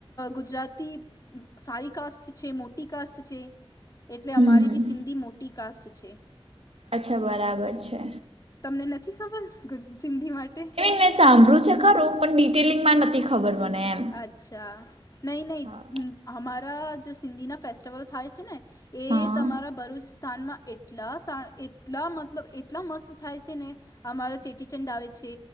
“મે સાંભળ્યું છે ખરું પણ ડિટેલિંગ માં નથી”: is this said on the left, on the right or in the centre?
Right